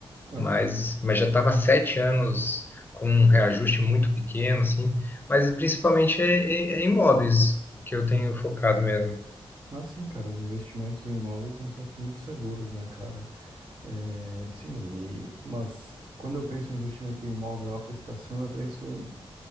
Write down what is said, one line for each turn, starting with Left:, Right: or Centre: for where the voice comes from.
Right: Aham.
Left: mas, mas já estava sete anos com um reajuste muito pequeno, assim, mas principalmente é, é- é imóveis que eu tenho focado mesmo.
Right: Ah, sim, cara, os investimentos em imóveis são sempre muito seguros, né, cara? É, sim, e- mas quando eu penso em investimento em imóvel, a prestação, eu penso